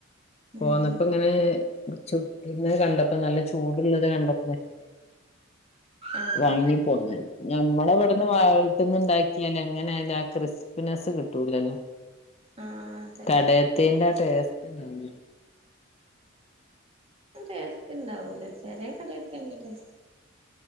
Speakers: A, on the left; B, on the right.
A: പോന്നപ്പോ
B: ആഹ്
A: ഇങ്ങനെ ചുട്ടന്ന് കണ്ടപ്പോ നല്ല ചൂടുള്ളത് കണ്ടപ്ലേ
B: ആഹ്
A: വാങ്ങി പോന്നൻ ഞമ്മളെ ഇവിടുന്ന് വ വീട്ടുന്ന് ഇന്ത്യയിലെ എങ്ങനെയാലും ആ ക്രിസ്പിനെസ് കിട്ടൂലല്ലോ
B: ആഹ് അതെ
A: കട തേൻ്റെ ആ ടെസ്റ്റൻഡവുലാലോ
B: ടേസ്റ്റ് ഉണ്ടാവൂല ചെലേ കടീത്തെ നല്ല ടേ